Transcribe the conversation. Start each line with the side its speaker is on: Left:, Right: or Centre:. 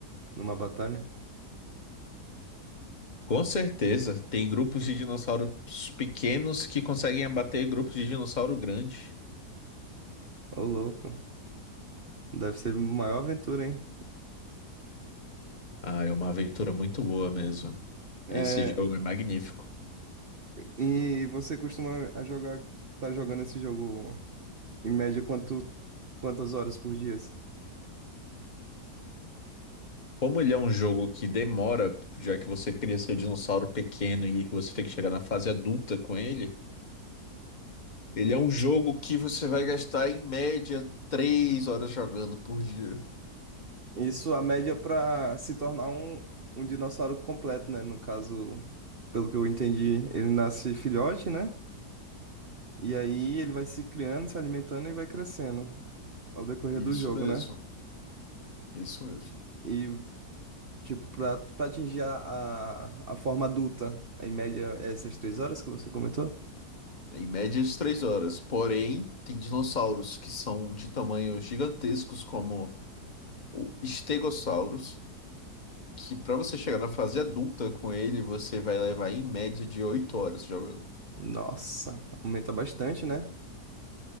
Right: numa batalha?
Left: Com certeza, tem grupos de dinossauros pequenos que conseguem abater grupos de dinossauro grande.
Right: Ô, louco. Deve ser a maior aventura, hein?
Left: Ah, é uma aventura muito boa mesmo.
Right: É,
Left: Esse jogo é magnífico.
Right: e você costuma a jogar, tá jogando esse jogo em média quanto, quantas horas por dia?
Left: Como ele é um jogo que demora, já que você cria seu dinossauro pequeno e você tem que chegar na fase adulta com ele, ele é um jogo que você vai gastar em média 3 horas jogando por dia.
Right: Isso, a média para se tornar um, um dinossauro completo, né? No caso, pelo que eu entendi, ele nasce filhote, né? E aí ele vai se criando, se alimentando e vai crescendo ao decorrer
Left: Isso
Right: do jogo,
Left: mesmo,
Right: né?
Left: isso mesmo.
Right: E Tipo, pra, pra atingir a, a, a forma adulta, em média, essas três horas que você comentou?
Left: Em média de três horas. Porém, tem dinossauros que são de tamanhos gigantescos, como o Stegosaurus, que para você chegar na fase adulta com ele, você vai levar em média de oito horas jogando.
Right: Nossa, aumenta bastante, né?